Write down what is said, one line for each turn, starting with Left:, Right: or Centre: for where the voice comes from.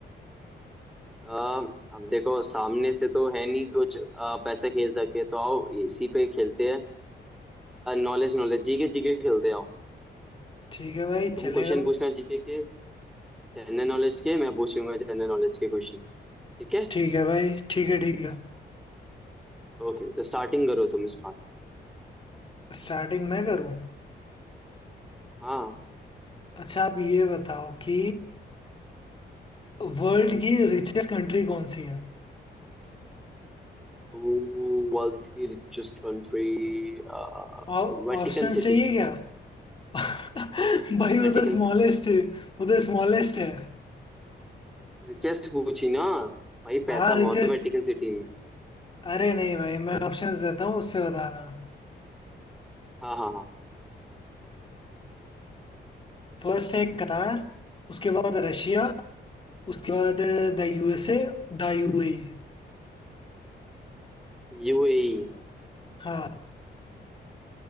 Centre: आ, अब देखो सामने से तो है नहीं कुछ आ, पैसे खेल सके तो आओ इसी पे खेलते हैं नॉलेज नॉलेज जीके जीके खेलते हैं। आओ
Left: ठीक है भाई
Centre: तुम
Left: चलेगा
Centre: क्वेश्चन पूछना जीके के जनरल नॉलेज के मैं पूछूंगा जनरल नॉलेज के क्वेश्चन ठीक है
Left: ठीक है भाई ठीक है ठीक है
Centre: ओके तो स्टार्टिंग करो तुम इस बार
Left: स्टार्टिंग मैं करूं
Centre: हाँ
Left: अच्छा आप ये बताओ कि वर्ल्ड की रिचेस्ट कंट्री कौन सी है
Centre: Who was the richest country? अ,
Left: और
Centre: Vatican
Left: ऑप्शन चाहिए
Centre: City
Left: क्या <laughs> भाई वो
Centre: Vatican
Left: तो स्मॉलेस्ट
Centre: City
Left: है वो तो स्मॉलेस्ट है
Centre: Richest पूछी ना भाई पैसा
Left: हाँ रिचेस्ट
Centre: बहुत है वेटिकन सिटी में
Left: अरे नहीं भाई मैं ऑप्शंस देता हूँ उससे बताना
Centre: हाँ हाँ हाँ
Left: फर्स्ट है कतार उसके बाद रशिया उसके बाद द यूएसए द यूएई
Centre: यूएई
Left: हाँ